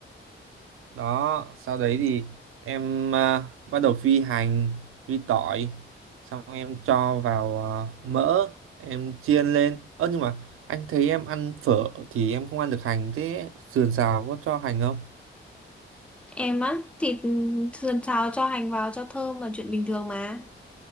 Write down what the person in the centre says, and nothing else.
Em á, thịt sườn xào cho hành vào cho thơm là chuyện bình thường mà.